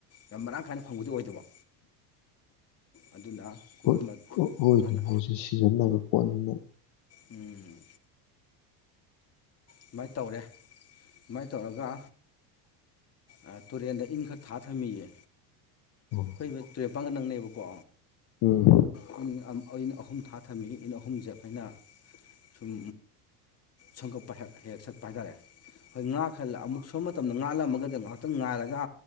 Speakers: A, on the left; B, on the left.
A: ꯌꯥꯝ ꯃꯔꯥꯡ ꯀꯥꯏꯅ ꯐꯪꯕꯗꯤ ꯑꯣꯏꯗꯕ ꯑꯗꯨꯅ ꯀꯣꯕꯤ
B: ꯍꯣꯏ ꯍꯣꯏꯅꯦ
A: ꯃꯅꯥ
B: ꯃꯣꯏꯁꯦ ꯁꯤꯖꯤꯟ ꯅꯥꯏꯕ ꯄꯣꯠꯅꯤꯅ
A: ꯎꯝ ꯁꯨꯃꯥꯏꯟ ꯇꯧꯔꯦ ꯁꯨꯃꯥꯏꯟ ꯇꯧꯔꯒ ꯑꯥ ꯇꯨꯔꯦꯟꯗ ꯏꯟ ꯈꯔ ꯊꯥ ꯊꯝꯃꯤꯌꯦ
B: ꯎꯝ
A: ꯑꯈꯣꯏꯕꯩ ꯇꯨꯔꯦꯟ ꯄꯥꯡꯒ ꯅꯛꯅꯩꯕꯀꯣ
B: ꯎꯝ
A: <unintelligible> ꯑꯩꯅ ꯑꯍꯨꯝ ꯊꯥ ꯊꯝꯃꯤ ꯏꯟ ꯑꯍꯨꯝꯖꯦ ꯑꯩꯈꯣꯏꯅ ꯁꯨꯝ ꯁꯝ ꯀꯛꯄ ꯍꯦꯛ ꯍꯦꯛ ꯆꯠꯄ ꯍꯥꯏꯇꯥꯔꯦ ꯑꯩꯈꯣꯏ ꯉꯥ ꯈꯔ ꯂꯛ ꯑꯃꯨꯛ ꯁꯨꯝ ꯃꯇꯝꯗꯣ ꯉꯥꯜꯂꯝꯃꯒꯗ ꯉꯥꯏꯍꯥꯛꯇꯪ ꯉꯥꯏꯔꯒ